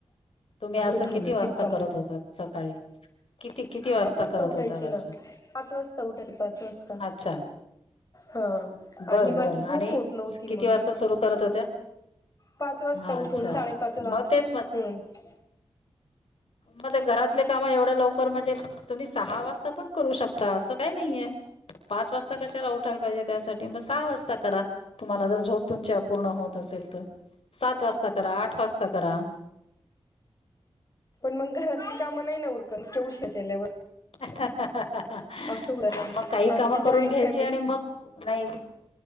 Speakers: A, on the left; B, on the left.
A: तुम्ही असं
B: झालं
A: किती वाजता
B: पित्तामुळे
A: करत होतात सकाळी? किती-किती वाजता
B: पाच
A: करत
B: उठायचे
A: होत असं?
B: ना पाच वाजता उठायचे पाच वाजता
A: अच्छा.
B: हा
A: बर-बरं
B: आणि माझी झोप
A: ह आणि.
B: होत नव्हती मग
A: किती वाजता सुरू करत होत्या?
B: पाच वाजता
A: हा
B: उठून
A: अच्छा.
B: साडेपाच ला
A: म तेच म्हण
B: हम्म
A: मग ते घरातले काम एवढं लवकर म्हणजे. तुम्ही सहा वाजता पण करू शकता. असं काही नाही. ह <unintelligible> पाच वाजता कशाला उठायला पाहिजे त्यासाठी मग सहा वाजता करा तुम्हाला जर झोप तुमची अपूर्ण होत असेल. सात वाजता करा आठ वाजता करा.
B: पण मग घरातली काम नाही ना उरकत उशीर केल्यावर
A: हा हा हा
B: असं होतं
A: ह
B: ना
A: मग काही
B: आमची
A: कामं
B: जॉईंट
A: करून घ्यायची
B: फॅमिली
A: आणि मग नाही